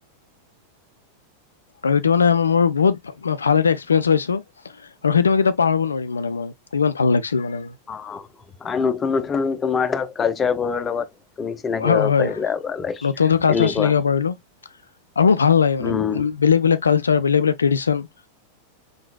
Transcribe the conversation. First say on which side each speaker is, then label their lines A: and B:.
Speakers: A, on the left (about 75°); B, on the left (about 20°).
A: আৰু ইটো মানে মোৰ বহুত ভাল এটা এক্সপিৰিয়ঞ্চ লৈছোঁ। আৰু সেইটো মই কেতিয়াও পাহৰিব নোৱাৰিম মানে মই। ইমান ভাল লাগিছিল মানে মোৰ।
B: অ', আৰু নতুন নতুন তোমাৰ হওঁক কালচাৰ বোৰৰ লগত তুমি চিনাকি
A: হয়
B: হ'ব
A: হয়
B: পাৰিলা, লাইক
A: নতুন নতুন কালচাৰ
B: তেনেকুৱা।
A: চিনাকি হ'ব পাৰিলো আৰু মোৰ ভাল লাগে মানে
B: উম,
A: বেলেগ বেলেগ কাল চাৰ বেলেগ বেলেগ ট্ৰেডিশ্যন।